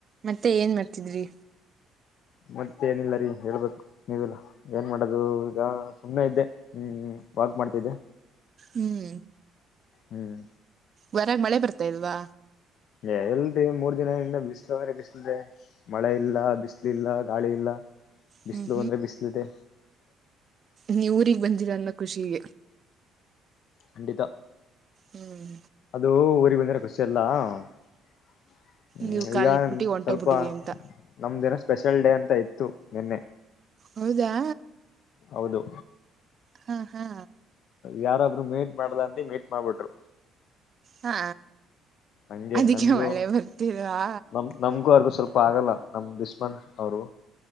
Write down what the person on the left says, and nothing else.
ಮತ್ತೆ ಏನಿಲ್ಲ ರೀ ಹೇಳ್ಬೇಕು ನಿಿಲ್ಲ ಏನ್ ಮಾಡದು ಈಗ ಸುಮಮ್ಮನೆ ಇದ್ದೆ ಹ್ಮ್ ವಾಕ್ ಮಾಡ್ತಿದ್ದೆ
ಹ್ಮ್
ಏ ಇಲ್ರಿ ಮೂರ್ ದಿನದಿಂದ ಬಿಸಲಂದ್ರೆ ಬಿಸ್ಲದೆ ಮಳೆ ಇಲ್ಲ ಬಿಸಿಲು ಇಲ್ಲ ಗಾಳಿ ಇಲ್ಲ ಬಿಸಿಲು
ಅಂದ್ರೆ ಬಿಸಲು ಇದೆ
ಖಂಡಿತ
ಅದು ಊರಿಗ್ ಬಂದ್ರೆ ಖುಷಿ ಅಲ್ಲ ಹ್ಮ್
ಈಗಏ
ಸ್ವಲ್ಪ
ನಮ ದಿನ ಸ್ಪೆಷಲ್ ಡೇ ಅಂತ ಇತ್ತು ನಿನ್ನೆ
ಹೌದು
ಯಾರಾದ್ರು ಮೀಂಟ್ ಮಾಡ್ದ ಅಂದ ಮೀಟ್ ಮಾಡಬಿಟ್ರು
ಹಂಗೆ
ನಮಗೂ
ನಮ್ ನಮ್ಗೂ ಅರ್ಗೂ ಸ್ವಲ್ಪ ಆಗಲ್ಲ ನಮ್ ಬಿಸ್ಮನ್ ಅವರು